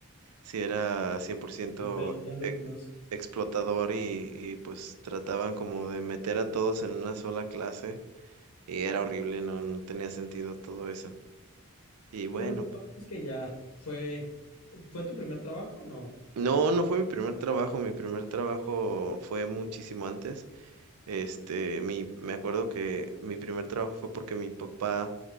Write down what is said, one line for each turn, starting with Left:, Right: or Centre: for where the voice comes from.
Right: si era 100%
Left: Tus 20 alumnos.
Right: e- explotador y, y, pues trataban como de meter a todos en una sola clase y era horrible, no, no tenía sentido todo eso. Y bueno,
Left: Pero pues lo bueno es que ya fue. ¿Fue tu primer trabajo? No.
Right: no, no fue mi primer trabajo, mi primer trabajo fue muchísimo antes. Este, mi, me acuerdo que mi primer trabajo fue porque mi papá